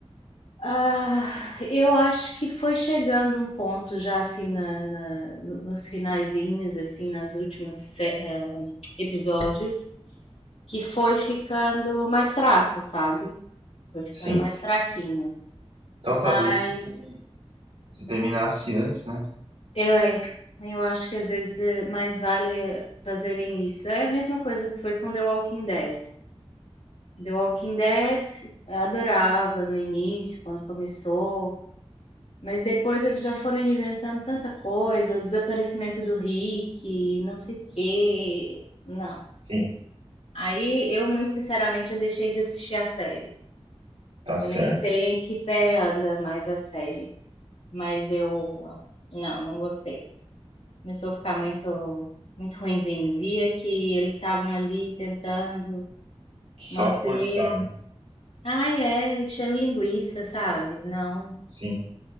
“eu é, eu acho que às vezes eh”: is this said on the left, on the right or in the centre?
Left